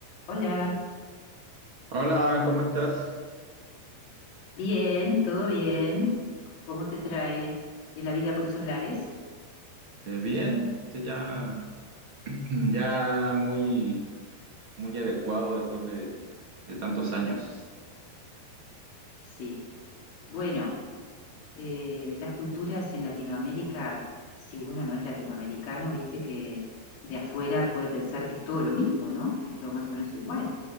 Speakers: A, on the left; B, on the right.
A: Hola,
B: Hola, ¿cómo estás?
A: bien, todo bien. ¿Cómo te trae eh, la vida por esos lares?
B: ¿Te bien? Este ya, <clears throat> ya muy, muy adecuado después de, de tantos años.
A: Sí. Bueno, eh, las culturas en Latinoamérica, si uno no es latinoamericano, viste que de afuera puede pensar que es todo lo mismo, ¿no? Que es todo más o menos igual.